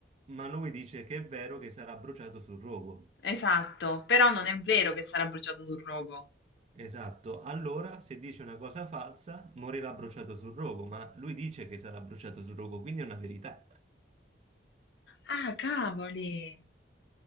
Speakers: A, on the right; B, on the left.
A: ma lui dice che è vero che sarà bruciato sul rogo.
B: Esatto, però non è vero che sarà bruciato sul rogo.
A: Esatto, allora se dice una cosa falsa morirà bruciato sul rogo, ma lui dice che sarà bruciato sul rogo, quindi è una verità.
B: Ah, cavoli!